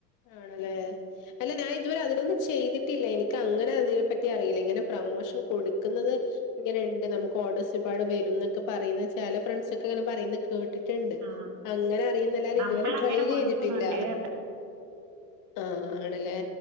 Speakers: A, on the left (about 40°); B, on the right (about 35°).
A: ആണ്ല്ലേ അല്ല ഞാൻ ഇതുവരെ അതിലൊന്നും ചെയ്തിട്ടില്ല എനിക്കങ്ങനെ അതിനെ പറ്റി അറിയില്ല ഇങ്ങനെ പ്രൊമോഷൻ കൊടുക്കുന്നത് ഇങ്ങനെ ഉണ്ട് നമുക്ക് ഓഡോസിപാട് വരും എന്നൊക്കെ പറയുന്ന ചെല ഫ്രണ്ട്സ് ഒക്കെ അങ്ങനെ പറയുന്ന കേട്ടിട്ട് ണ്ട്
B: ആ
A: അങ്ങനെ അറിയുന്നല്ല അത്
B: നമ്മളങ്ങനെ
A: ഇതുവരെ ട്രൈ ചെയ്തിട്ടില്ല
B: കൊടുക്കുന്നുണ്ട്
A: ആഹ് ആണ്ല്ലേ